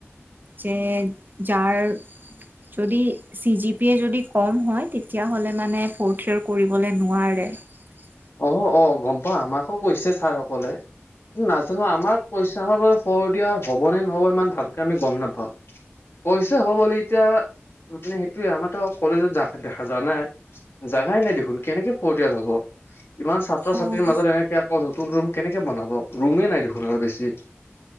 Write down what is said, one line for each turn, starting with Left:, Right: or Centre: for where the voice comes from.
Right: যে যাৰ যদি চি জি পি য়ে যদি কম হয়, তেতিয়াহলে মানে ফৰ্থ ইয়াৰ কৰিবলে নোঁৱাৰে। <unintelligible>
Left: অ অ গম পাওঁ, আমাকো কৈছে ছাৰ সকলে। নাজানো আমাক কৈছে, আমাৰ বোলে ফৰ্দ ইয়াৰ হব নে নহব ইমান ভালকে আমি গম নাপাওঁ। কৈছে হ'ব বুলি এতিয়া মানে সেইটোয়ে আমাৰ ত কলেজত যা জানাই, জাগাই নাই দেখোন কেনেকে ফৰ্ট ইয়াৰ হব। ইমান ছাত্ৰ
Right: অ'
Left: ছাত্ৰীৰ মাজত এনেকে অ নতুন ৰুম কেনেকে বনাব, ৰুমেই নাই দেখোন আৰু বেছি।